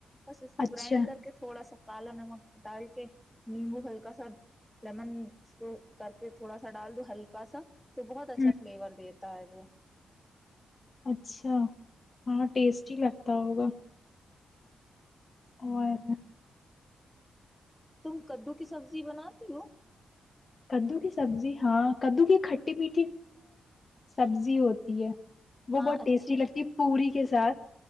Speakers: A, in the centre; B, on the left.
A: بس اس کو
B: اچھا
A: گرائنڈ کر کے تھوڑا سا کالا نمک ڈال کے نیمبو ہلکا سا لیمن اس کو کر کے تھوڑا سا ڈال دو ہلکا <unintelligible> تو بہت اچھا
B: ہوں
A: فلیور دیتا ہے وہ
B: اچھا ہاں ٹیسٹی ہی لگتا ہوگا اور
A: ہ تم کدو کی سبزی بناتی ہو
B: کدو کی سبزی ہاں کدو کی کھٹی میٹھی سبزی ہوتی ہے وہ
A: ہاں
B: بہت
A: اچھی
B: ٹیسٹی لگتی پوری کے ساتھ